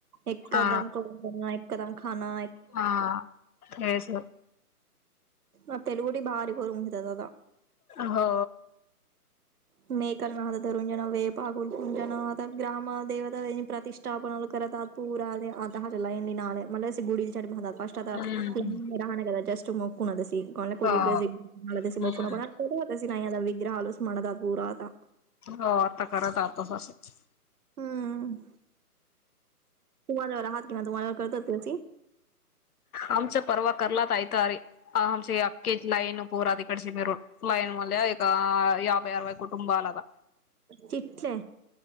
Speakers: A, on the right (about 70°); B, on the left (about 70°).
A: एकदम
B: हा
A: को देना एकदम खाना
B: हा तेस
A: आ तेलगडी भारी कोर मुठत ददा
B: हो
A: मेकलनाथ रुंजन वे पागुोल कुंजन आता ग्रम देवता प्रतष्ठ स्टा आपनलारात पूरा आता हहा चलायडी ना मणला अी गुडी छड मातता
B: हम्म
A: राहा का जस्ट मोकना दस कोणला
B: हो हम्म
A: क होता सि नाही विग्रहलस मणत पूराता
B: हो आता करत आतोस अससं
A: हम्म तु माझ्यावर आहात किं तुमझ्यावर करताती
B: आमचं पर्वा करलात आयत अरे आमचे अखे लाईन पोर तिकडचे मिरून फ्ईन मल एकका याबई अरवई कटुबलता
A: चिच्चे